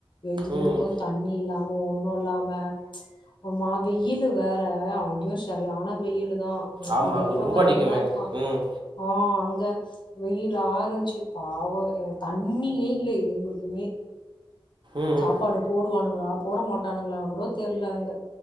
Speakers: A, on the left (about 60°); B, on the right (about 55°).
A: எதுங்களுக்கு
B: ம்
A: தண்ணி இல்லாம ஒண்ணு இல்லாம ஒரு மா வெயிலு வேற அங்கே செரியான வெயிலு தா ங்க
B: ஆமாம்
A: இங்க
B: அங்கே
A: இருக்ற
B: ரொம்ப
A: மாரியேதா
B: அடிக்குமே
A: இருக்கா
B: ம்
A: ஆஹ் அங்க வெயிலாருன்ச்சு பாவு இது தண்ணியே இல்ல எதுங்குளுக்குமே
B: ம்
A: சாப்பாடு
B: ம்
A: போடுவானுங்களா போட மாட்டானுங்ளா கூட தெர்ல அங்க